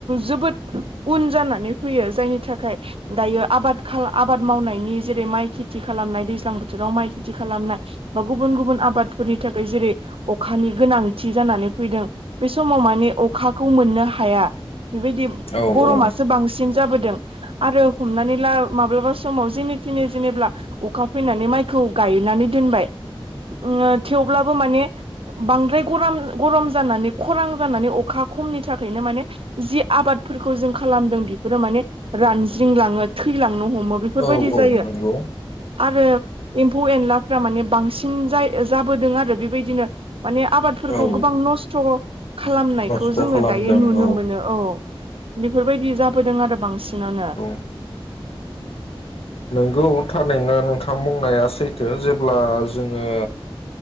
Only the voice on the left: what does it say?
औ
औ औ
नंगौ
औ
नस्थ'
खालामदों
औ
औ नंगौ थारैनो नोंथां बुंनाया सैथो जेब्ला जोङो